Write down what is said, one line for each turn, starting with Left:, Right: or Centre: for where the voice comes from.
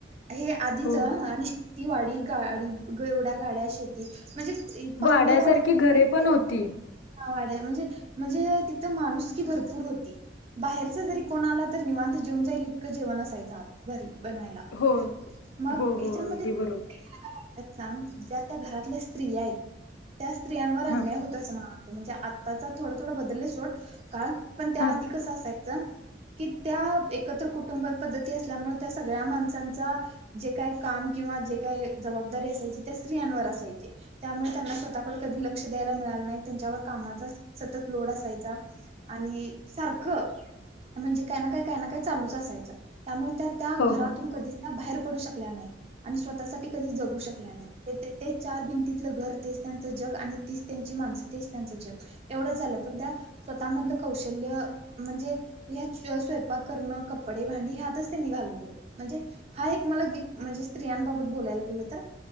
Right: हे आधीच
Left: हो
Right: आणि ती वाडी गाडी गिवढ्या गाड्या शेती म्हणजे पाहुणेरावळया
Left: वाड्यासारखी घरे पण होती
Right: हा वाड म्हणजे म्हणजे तिथं माणुस की भरपूर होती बाहेरचा जरी कोणा आला तर निवांत जेऊन जाईल इतकं जेवण असायचं आत घरी बनायला.
Left: हो
Right: मग
Left: हो
Right: ह्याच्यामध्ये
Left: हो अगदी बरोबर
Right: त्यात ज्या त्या घरातल्या स्त्री आहेत त्या स्त्रियावर अन्याय
Left: हा
Right: होतो असं मला वाटतय ते म्हणजे आत्ताचा थोडं थोडं बदलले सोड काळ पण त्या
Left: हा
Right: आधी कस असाय कि त्या एकत्र कुटुंब पद्धती असल्यामुळे त्या सगळ्या माणसांचा जे काय काम किंवा जे काय जबाबदारी असायची त्या स्त्रियांवर असायची त्यामुळे त्यांना स्वतःकडे कधी लक्ष द्यायला मिळालं नाही त्यांच्यावर कामाचा सतत लोड असायचा आणि सारखं म्हणजे काय ना काय काही ना काय चालूच असायचं त्यामुळे त्या त्या
Left: हो
Right: घरातून
Left: हो
Right: कधीच त्या बाहेर पडू शकल्या नाहीत आणि स्वतःसाठी कधी जगू शकल्या नाहीत ते चार भिंती घर तेच त्यांच जग आणि तीच त्यांची माणस तेच त्यांच जग एवढंच झालं, पण त्या स्वतः मधलं कौशल्य म्हणजे हेच स्वयंपाक करणं कपडे, भांडी ह्यातच ते निघालागलय म्हणजे हा एक विक मला म्हणजे स्त्रियांबाबत बोलायला गेलं तर